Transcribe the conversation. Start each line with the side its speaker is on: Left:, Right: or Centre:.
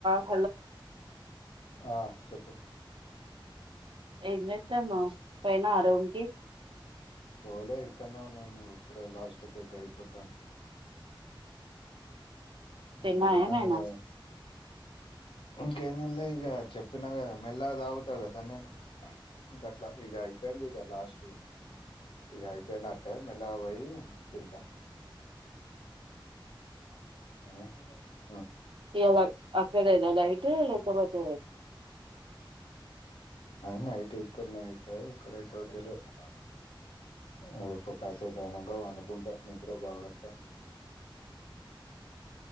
Right: Hello
Left: ఆహ్ చెప్పు
Right: ఏంచేస్తన్నువు పోయినా వ రూమ్ కి
Left: పోలే ఇక్కన్నా ఉ నేను ఇప్పుడే లాస్ట్ పెగ్ అయిపోతుంది
Right: తిన్నా
Left: నీదానా
Right: ఏమైనా
Left: కదా ఇంకా ఎం తినలేని ఇక చెప్పినా కదా మెల్ల తాగుతా కదా నేను ఇంక అట్లా ఇక అయిపోయింది ఇక లాస్ట్ ఇ అయిపోయి నా టై మెల్లగా పోయి తింటా ఆ <inaudible>
Right: ఇలా అక్కడనా లైట్ లేకపోతే
Left: నతే ఇక్కడన్నాతే ఇక్కడ అయితే తెలువది రేపు కాసేపు అయినంగా అనుకుంటా నిద్ర బాగత్త